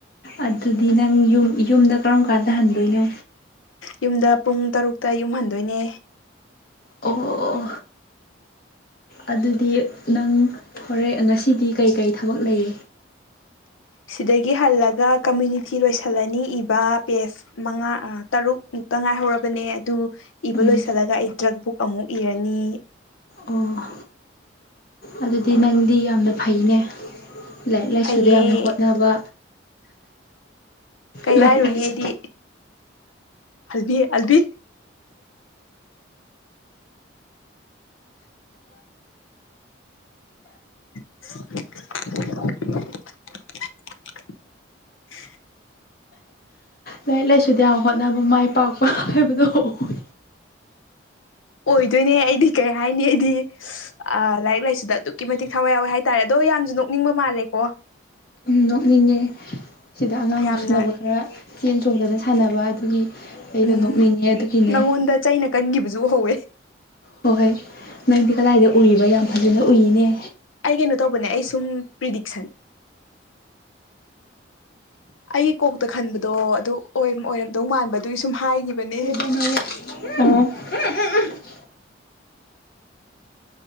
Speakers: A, on the left; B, on the left.
A: ꯑꯗꯨꯗꯤ
B: ꯎꯝ
A: ꯅꯪ ꯌꯨꯝ ꯌꯨꯝꯗ ꯀꯔꯝ ꯀꯥꯟꯗ ꯍꯟꯗꯣꯏꯅꯣ
B: ꯌꯨꯝꯗ ꯄꯨꯡ ꯇꯔꯨꯛꯇ ꯌꯨꯝ ꯍꯟꯗꯣꯏꯅꯦ
A: ꯑꯣ ꯑꯣ ꯑꯗꯨꯗꯤ ꯅꯪ ꯍꯣꯔꯦꯟ ꯉꯁꯤꯗꯤ ꯀꯩꯀꯩ ꯊꯕꯛ ꯂꯩ
B: ꯁꯤꯗꯒꯤ ꯍꯜꯂꯒ ꯀꯝꯃ꯭ꯌꯨꯅꯤꯇꯤ ꯂꯣꯏꯁꯜꯂꯅꯤ ꯏꯕ ꯄꯦꯁ ꯃꯉꯥ ꯑ ꯇꯔꯨꯛ ꯃꯨꯛꯇ ꯉꯥꯏꯍꯧꯔꯕꯅꯦ ꯑꯗꯨ ꯏꯕ
A: ꯎꯝ
B: ꯂꯣꯏꯁꯜꯂꯒ ꯑꯩ ꯗ꯭ꯔꯛ ꯕꯨꯛ ꯑꯃꯨꯛ ꯏꯔꯅꯤ
A: ꯑꯣ ꯑꯗꯨꯗꯤ ꯅꯪꯗꯤ ꯌꯥꯝꯅ ꯐꯩꯅꯦ ꯂꯥꯏꯔꯤꯛ ꯂꯥꯏꯁꯨꯗ
B: ꯐꯩꯌꯦ
A: ꯌꯥꯝꯅ ꯍꯣꯠꯅꯕ
B: ꯀꯩ
A: ꯂꯥꯏꯔꯤꯛ
B: ꯍꯥꯏꯔꯨꯅꯤ
A: ꯂꯥꯏꯁꯨ
B: ꯑꯩꯗꯤ ꯍꯜꯊꯤ ꯑꯜꯗꯤ <inaudible>
A: ꯂꯥꯏꯔꯤꯛ ꯂꯥꯏꯁꯨꯗ ꯌꯥꯝ ꯍꯣꯠꯅꯕ ꯃꯥꯏ ꯄꯥꯛꯄ ꯍꯥꯏꯕꯗꯣ ꯑꯣꯏ
B: ꯑꯣꯏꯗꯣꯏꯅꯦ ꯑꯩꯗꯤ ꯀꯩ ꯍꯥꯏꯅꯤ ꯑꯩꯗꯤ ꯑ ꯂꯥꯏꯔꯤꯛ ꯂꯥꯏꯁꯨꯗ ꯑꯗꯨꯛꯀꯤ ꯃꯇꯤꯛ ꯊꯋꯥꯏ ꯌꯥꯎꯋꯦ ꯍꯥꯏꯇꯥꯔꯦ ꯑꯗꯣ ꯌꯥꯝꯖꯨ ꯅꯣꯛꯅꯤꯡꯕ ꯃꯥꯜꯂꯦꯀꯣ
A: ꯎꯝ ꯅꯣꯛꯅꯤꯡꯉꯦ ꯁꯤꯗ ꯑꯉꯥꯡ
B: ꯌꯥꯝꯅ
A: ꯉꯥꯎꯁꯟꯅꯕ ꯈꯔ ꯆꯦꯟ ꯆꯣꯡꯗꯅ ꯁꯥꯟꯅꯕ ꯑꯗꯨꯒꯤ ꯑꯩꯗꯣ
B: ꯎꯝ
A: ꯅꯣꯛꯅꯤꯡꯉꯦ ꯑꯗꯨꯒꯤꯅꯦ
B: ꯅꯪꯉꯣꯟꯗ ꯆꯩꯅ ꯀꯟꯒꯤꯕꯖꯨ ꯎꯍꯧꯋꯦ
A: ꯍꯣꯑꯣꯏ ꯅꯪꯗꯤ ꯀꯗꯥꯏꯗ ꯎꯔꯤꯕ ꯌꯥꯝ ꯐꯖꯅ ꯎꯏꯅꯦ
B: ꯑꯩ ꯀꯩꯅꯣ ꯇꯧꯕꯅꯦ ꯑꯩ ꯁꯨꯝ ꯄ꯭ꯔꯤꯗꯤꯛꯁꯟ ꯑꯩꯒꯤ ꯀꯣꯛꯇ ꯈꯟꯕꯗꯣ ꯑꯗꯨ ꯑꯣꯏꯝ ꯑꯣꯏꯔꯝꯗꯧ ꯃꯥꯟꯕ ꯑꯗꯨꯒꯤ ꯁꯨꯝ ꯍꯥꯏꯒꯤꯕꯅꯦ
A: <unintelligible> <unintelligible>